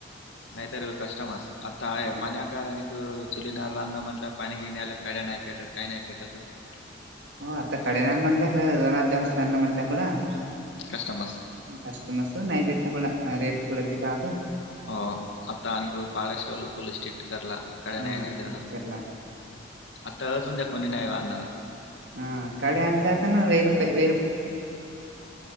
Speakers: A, on the left; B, on the right.
A: नाहीतर कस्टमर्स आता हे
B: हो
A: पाण्या ताराक चुली नार रांदम म्हंला पणी गिनला कड्यान नाहीहीपेतात काहीन नाहीईपेटात <unintelligible>
B: हो आता कडे नाल म्हंटलंय का रनाथजऊन त्यांना म्हटलंय ककडं <unintelligible>
A: कस्टमर
B: कस्टमर्स नाहीईबेटना क रेटल क यदी काू <unintelligible>
A: हो आता आणिक फॉरेस्ट वाल फुल स्ट्रिक्ट करला. कड्या नाही
B: हा
A: नाही देणं
B: चितकरला.
A: आता अजून द्या, कोणी नाही आणारा.
B: हां.. काडे आणल्या तर ना वेर. <unintelligible> ते